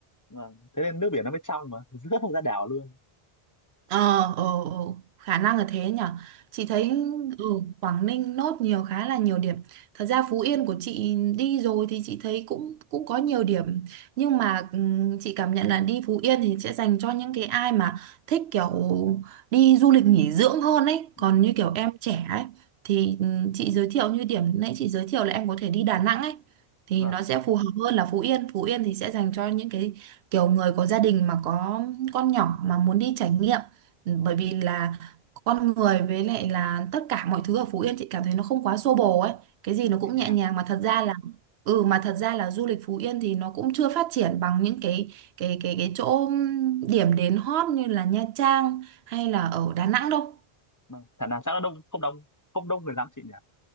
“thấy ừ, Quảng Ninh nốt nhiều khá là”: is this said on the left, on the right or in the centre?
Right